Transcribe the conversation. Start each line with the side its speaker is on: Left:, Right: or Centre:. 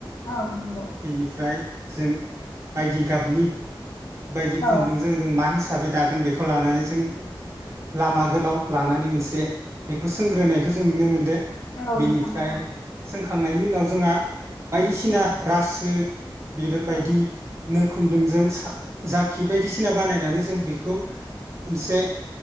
Left: औ नंगौ
Right: बेनिफ्राय जों बायदि गाबनि बायदि खुन्दुंजों
Left: औ
Right: जों मा हिसाब हिसाबै दागोन बेखौ लानानै जों लामा गोलाव लानानै मोनसे बेखौ सोंग्रोनायखौ जों नुनो मोनदों।
Left: औ
Right: बेनिफ्राय
Left: नोंथां नंगौ
Right: सोंखां खांनायनि उनाव जोंहा बायदिसिना रासो बेफोरबायदि
Left: औ
Right: नो खुन्दुंजों जाखि बायदिसिना बानायनानै जों बेखौ मोनसे